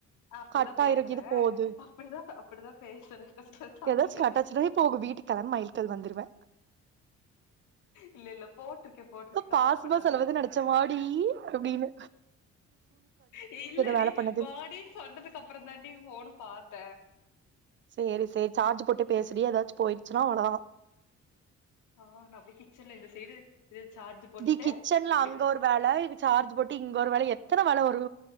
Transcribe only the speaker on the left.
அப்படிதா
பேசுறே
அப்படிதா அப்படிதா பேசுறே கொஞ்சோ பேசாம
இரு
இல்ல இல்ல போட்டிருக்கே போட்டிருக்கே
கவலப்படாத
ஏ இல்லடி
வாடின் சொன்னதுக்கப்றந்தான்டி ஃபோன பாத்த
ஆ நா அப்டே கிச்சன்ல இந்த சைடு இது சார்ஜ் போட்டுட்டு
இப்டி